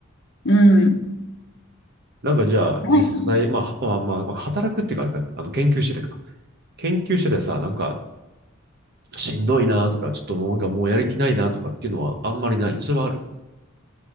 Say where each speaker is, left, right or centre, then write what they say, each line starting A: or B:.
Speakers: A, on the left; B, on the right.
A: うん。
B: なんかじゃあ実際、
A: ないかも。
B: まあ、まあ、まあ、働くっていうかあれか、あの、研究しててか。研究しててさ、なんか、しんどいなとか、ちょっともうなんかもうやる気ないなとかっていうのはあんまりない。それはある